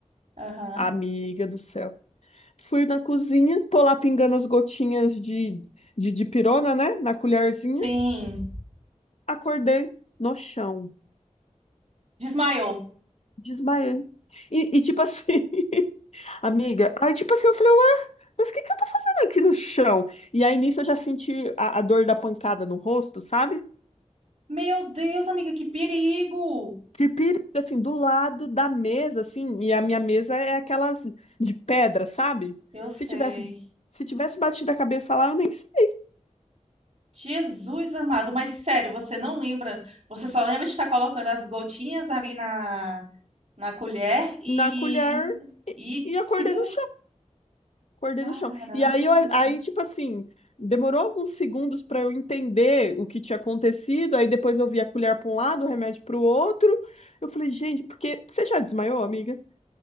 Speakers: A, on the right; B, on the left.
A: Aham.
B: Amiga do céu. Fui na cozinha, tô lá pingando as gotinhas de, de dipirona, né? Na colherzinha.
A: Sim.
B: Acordei no chão.
A: Desmaiou.
B: Desmaiei. E, e, tipo assim, <laughs> amiga, aí tipo assim, eu falei, ué, mas o que que eu tô fazendo aqui no chão? E aí nisso eu já senti a, a dor da pancada no rosto, sabe?
A: Meu Deus, amiga, que perigo!
B: Que perigo, assim, do lado da mesa, assim, e a minha mesa é aquelas de pedra, sabe?
A: Eu sei.
B: Se tivesse, se tivesse batido a cabeça lá, eu nem sei.
A: Jesus amado, mas sério, você não lembra? Você só lembra de estar colocando as gotinhas ali na, na colher e.
B: Na colher e,
A: E
B: e acordei
A: simplesmente.
B: no Acordei
A: Caramba!
B: no chão. E aí, eu, aí tipo assim, demorou alguns segundos para eu entender o que tinha acontecido. Aí depois eu vi a colher para um lado, o remédio para o outro. Eu falei, gente, porque você já desmaiou, amiga?